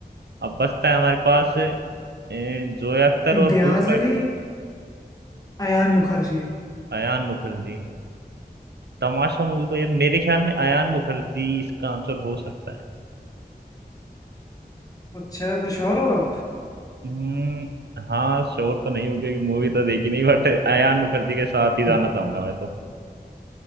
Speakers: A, on the right; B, on the left.
A: अब बचता है हमारे पास ए, जोया अख्तर
B: इम्तियाज
A: और दूसरा
B: अली अयान मुखर्जी
A: अयान मुखर्जी तमाशा मूवी को यार मेरे ख्याल में अयान मुखर्जी इसका आंसर हो सकता है
B: अच्छा तो श्योर हो आप
A: हम्म, हाँ श्योर तो नहीं हूँ क्योंकि मूवी तो देखी नहीं बट अयान मुखर्जी के साथ ही जाना
B: <laughs>
A: चाहूंगा मैं तो